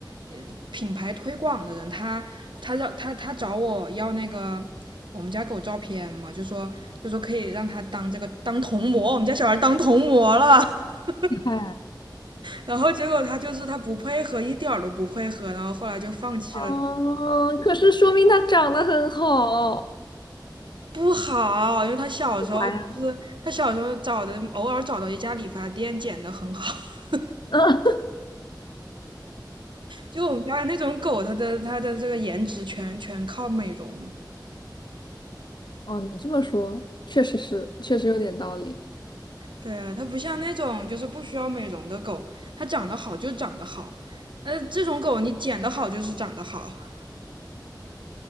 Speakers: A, on the right (about 85°); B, on the left (about 70°).
A: 呃品牌推广的人，他他让他他找我要那个我们家狗照片嘛，就说就说可以让他当这个当童模，我们家小孩当童模了。<laughs>
B: 哎
A: 然后结果他就是他不配合，一点儿都不配合，然后后来就放弃了
B: 哦，可是说明它长得很好。
A: 不好，因为他小时候就是他小时候找的，
B: 哎呀，
A: 偶尔找到一家理发店剪的很好。<laughs>
B: <laughs> 嗯
A: 就我们家那种狗，它的它的这个颜值全全靠美容。
B: 哦，你这么说，确实是，确实有点道理。
A: 对啊，它不像那种就是不需要美容的狗，它长得好就长得好。呃，这种狗你剪得好就是长得好。<laughs>